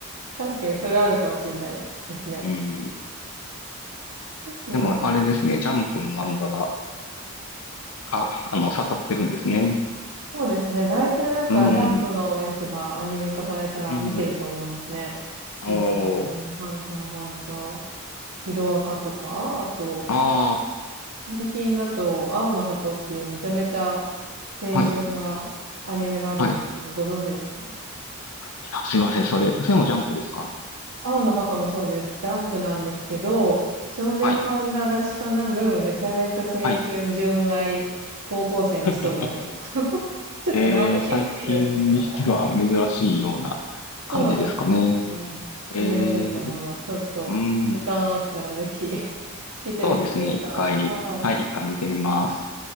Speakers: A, on the right; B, on the left.
A: 確かに、それはあるかもしれないですね。
B: うん。
A: うん。
B: でもあれですね、ジャンプの漫画が、あ、あの、刺さってるんですね。
A: そうですね。大体なんか、
B: うん、
A: ジャンプのやつがアニメ化されたら見てると思いますね。
B: うん。おー、
A: ですかね。うん。ハンター、ハンター。ヒロアカとか、あと、
B: ああ、
A: 最近だと、青の箱っていうめちゃめちゃ青春なアニメがあるんですけど、
B: はい、はい。い
A: ご存知ですか
B: やすいません、それ、それもジャンプですか
A: 青の墓もそうです。ジャンプなんですけど、少年漫画らしからぬ、
B: はい、
A: めちゃめちゃ青春、
B: はい。
A: 純愛、高校生のストーリーなんですよ。
B: <laughs>
A: <laughs> ちょっと眩しすぎるんですけど、
B: えー、最近にしては珍しいような感じですかね。
A: はい。そうなんですよ。うん。
B: えー、
A: 珍しいと思います。
B: い
A: ちょっと、
B: うん、
A: 時間あったらぜひ <laughs> 見てみてください。
B: そうですね。一回、
A: はい。
B: はい、一回見てみます。